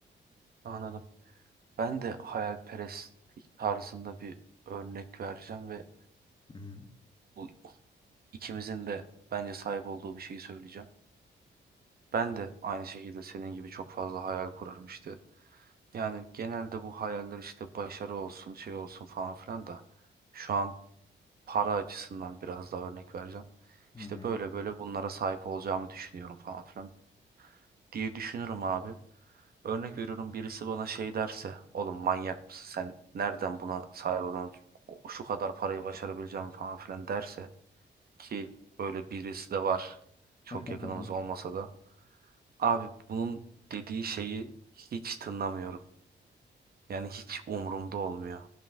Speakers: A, on the right (about 55°); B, on the left (about 25°).
A: anladım. Ben de hayalperestlik tarzında bir örnek vereceğim ve
B: Hı hı.
A: bu ikimizin de bence sahip olduğu bir şeyi söyleyeceğim. Ben de aynı şekilde senin gibi çok fazla hayal kurarım işte. Yani genelde bu hayaller işte başarı olsun, şey olsun falan filan da şu an para açısından biraz daha örnek vereceğim.
B: Hı
A: İşte böyle böyle bunlara sahip olacağımı düşünüyorum falan filan diye düşünürüm abi. Örnek veriyorum birisi bana şey derse, oğlum manyak mısın sen? Nereden buna sahip olan o- şu kadar parayı başarabileceğim falan filan derse ki böyle birisi de var. Çok
B: <laughs>
A: yakınımız olmasa da. Abi bunun dediği şeyi hiç tınlamıyorum. Yani hiç umurumda olmuyor.